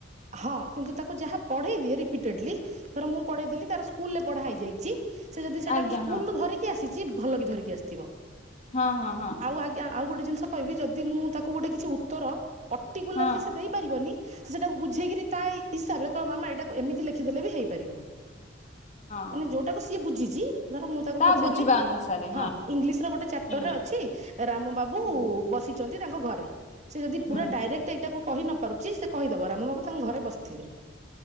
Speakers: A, on the right; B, on the left.
A: ହଁ କିନ୍ତୁ ତାକୁ ଯାହା ପଢେଇ ଦିଏ ରିପିଟେଡଲି ତର ମୁଁ ପଢେଇ ଦେଲି ତାର ସ୍କୁଲରେ ପଢା ହେଇଯାଇଛି ସେ ଯଦି ସେଟାକୁ
B: ଆଜ୍ଞା
A: ସ୍କୁଲରୁ
B: ହଁ
A: ଧରିକି ଆସିଛି। କିଏ ଭଲ କିି ଧରିକି ଆସିଥିବ।
B: ହଁ ହଁ ହଁ।
A: ଆଉ ଆଜ୍ଞା ଆଉ ଗୋଟେ ଜିନିଷ କହିବି ଯଦି ମୁଁ ତାକୁ ଗୋଟେ କିଛି ଉତ୍ତର ପର୍ଟିକୁଲାରଲି
B: ହଁ
A: ସେ ଦେଇପାରିବନି। ସେ ସେଟାକୁ ବୁଝେଇକିରି ତାଇ ହିସାବରେ କଣ ମାମା ଏଇଟାକୁ ଏମିତି ଲେଖିଦେଲେ ବି ହେଇପାରିବ।
B: ହଁ
A: ମାନେ ଯୋଉଟାକୁ କି ବୁଝିଛି। ଧର ମୁଁ ତାକୁ
B: ତା
A: ପଚାରିଲି
B: ବୁଝିବା ଅନୁସାରେ
A: ହଁ ଇଂଲିଶ ର ଗୋଟେ ଚାପ୍ଟର
B: ହୁଁ
A: ରେ ଅଛି ରାମ ବାବୁ
B: ହୁଁ
A: ବସି ଛନ୍ତି ତାଙ୍କ ଘରେ। <inaudible> ସେ ଯଦି
B: ହୁଁ
A: ପୁରା ଡାଇରେକ୍ଟ ଏଇଟାକୁ କହି ନ ପାରୁଛି ସେ କହିଦବ ରାମ ବାବୁ ତାଙ୍କ ଘରେ ବସିଥିଲେ।